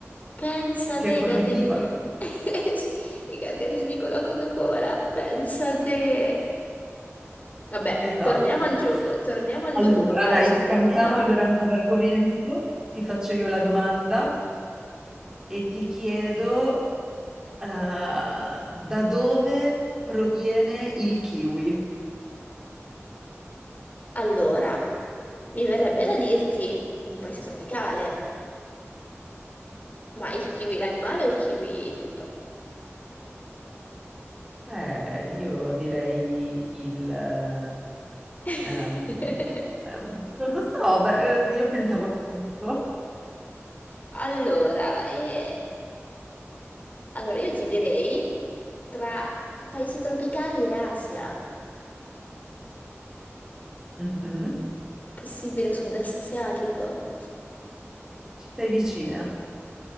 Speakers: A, on the left (about 35°); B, on the right (about 15°).
A: pensa
B: perché
A: te
B: è corrosiva.
A: i gargarismi
B: <laughs>
A: con... <laughs> i gargarismi con la Coca-Cola, pensa te. Vabbè,
B: Esatto.
A: torniamo al gioco, torniamo al
B: Allora,
A: gioco, vai,
B: dai,
A: sono
B: cambiamo
A: pronta.
B: allora ancora argomento. Ti faccio io la domanda e ti chiedo, eh, da dove proviene il kiwi?
A: Allora, mi verrebbe da dirti un paese tropicale, ma il kiwi l'animale o il kiwi frutto?
B: Eh, io direi il... eh,
A: <laughs>
B: ehm, eh, non lo so, beh, eh, io pensavo... a tutto.
A: Allora, eh, allora, io ti direi tra paesi tropicali e Asia,
B: Mhm.
A: possibile sud-est asiatico?
B: Ci sei vicina?